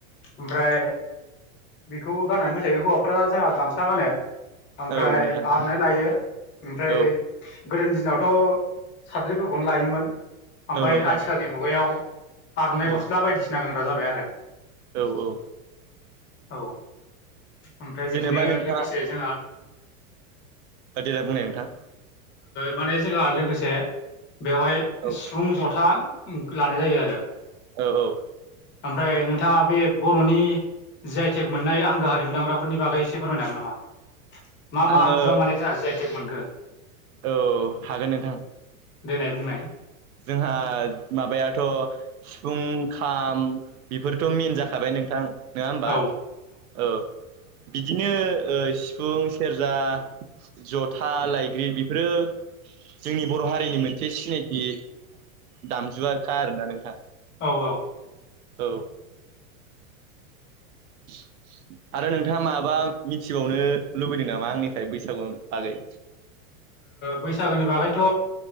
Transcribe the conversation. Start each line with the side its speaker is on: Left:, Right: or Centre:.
Left: ओमफ्राय बेखौबो गाननानै मोसायो हौवाफोरा जोंहा गामसा गानो ओमफ्राय
Right: औ नोंथां
Left: आरननाइ लायो ओमफ्राय
Right: औ
Left: गोदोनि दिनावथ साद्रिफोरखौनो लायोमोन ओमफ्राय
Right: औ नोंथां
Left: आथिखालनि मुगायाव आरननाइ
Right: औ
Left: गस्ला बायदिसिना गानग्रा जाबाय आरो
Right: औ औ
Left: औ ओमफ्राय बिदिनो
Right: जेनेबा नोंथाङा
Left: लोगोसे जोंहा
Right: देलाय बुंनाय नोंथां
Left: माने जोंहा लोगोसे बेवहाय
Right: औ
Left: सिफुं जथा लानाय जायो आरो
Right: औ औ
Left: ओमफ्राय नोंथाङा बे बर'नि जि आइ तेग मोननाय आंगो हारिमु दामग्राफोरनि बागै एसे फोरमायनो हागोन नामा मा
Right: आङो
Left: मा आगजुआ माने जोंहा जि आइ तेग मोनखो
Right: औ हागोन नोंथां
Left: दोननाय बुंनाय
Right: जोंहा माबायाथ' सिफुं खाम बेफोरथ' मेन जाखाबाय नोंथां नङा होमबा
Left: औ
Right: औ बिदिनो सिफुं सेरजा जथा लायग्रि बेफोरो जोंनि बर' हारिनि मोनसे सिनायथि दामजुवखा आरोना नोंथां।
Left: औ औ
Right: औ <inaudible> आरो नोंथाङा माबा मिथिबावनो लुबैदों नामा आंनिफ्राय बैसागु बागै
Left: बैसागोनि बागैथ'